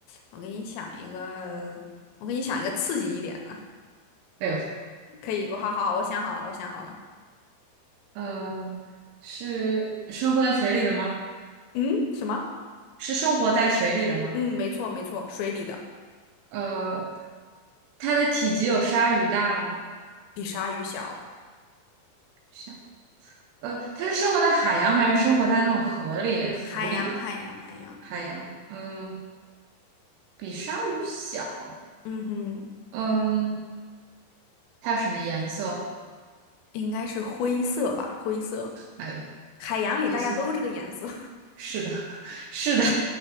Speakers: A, on the left; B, on the right.
A: 我给你想一个，我给你想一个刺激一点的，
B: 对，对
A: 可以，我好好好，我想好了，我想好了，
B: 呃，是生活在水里的吗？
A: 嗯，什么？
B: 是生活在水里的吗？
A: 嗯，没错没错，水里的，
B: 呃，它的体积有鲨鱼大吗？
A: 比鲨鱼小，
B: 想，呃，它是生活在海洋还是生活在那种河里、湖里的
A: 海洋海洋海洋，
B: 海洋？嗯，比鲨鱼小。
A: 嗯哼，
B: 嗯，它有什么颜色？
A: 应该是灰色吧，灰色，
B: 哎呦，
A: 海洋里大家都这个颜色
B: 灰色。是的，<laughs> 是的，